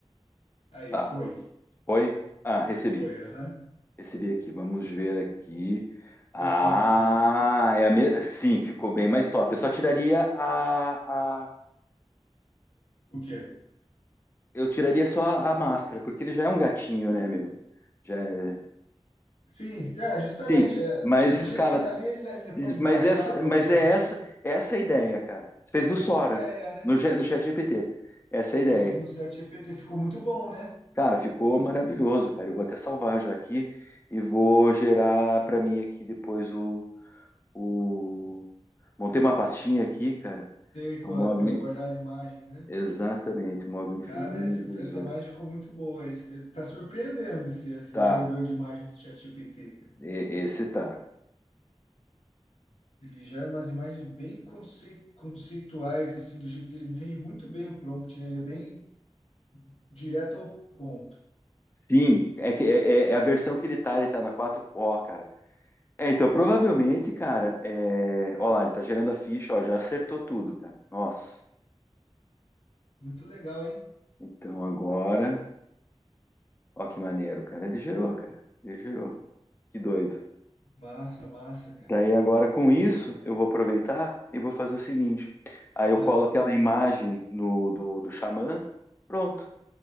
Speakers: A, on the left (about 85°); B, on the left (about 20°).
A: Aí,
B: Tá.
A: foi.
B: Foi? Ah, recebi.
A: Foi, aham. O
B: Recebi aqui. Vamos ver aqui. Ah,
A: que que você me disse?
B: é a me... Sim, ficou bem mais top. Eu só tiraria a, a...
A: O quê?
B: Eu tiraria só a a máscara, porque ele já é um gatinho, né, meu? Já é...
A: Sim, é, justamente,
B: Sim,
A: é,
B: mas,
A: do jeito
B: cara,
A: que tá ali, ele, ele pode
B: mas
A: baixar,
B: essa,
A: pode
B: mas
A: subir.
B: é essa, essa é a ideia, cara. Você fez no
A: Essa
B: Sora,
A: é a ideia, né?
B: no, G- no chat GPT. Essa
A: Isso,
B: é a ideia.
A: no chat GPT ficou muito bom, né?
B: Cara, ficou maravilhoso, cara. Eu vou até salvar já aqui e vou gerar para mim aqui depois O... Montei uma pastinha aqui, cara.
A: Ter
B: O
A: para
B: Mogli.
A: guardar as imagens, né?
B: Exatamente, Mogli Infinito
A: Cara, essa,
B: 18.
A: essa imagem ficou muito boa. Esse, tá surpreendendo esse, esse
B: Tá,
A: gerador de imagem do chat GPT, cara.
B: e- esse tá.
A: Ele gera umas imagens bem concei- conceituais, assim, do jeito que ele entende muito bem o prompt, né? Ele é bem direto ao ponto.
B: Sim, é que é, é- é a versão que ele tá, ele tá na quatro. Ó, cara. É, então provavelmente, cara, é... ó lá, ele tá gerando a ficha, ó, já acertou tudo, cara. Nossa.
A: Muito legal, hein?
B: Então agora, ó que maneiro, cara, ele gerou, cara. Ele gerou. Que doido.
A: Massa, massa, cara.
B: Daí agora com isso eu vou aproveitar e vou fazer o seguinte. Aí eu
A: Ó,
B: colo aquela imagem no do, do Xamã, pronto.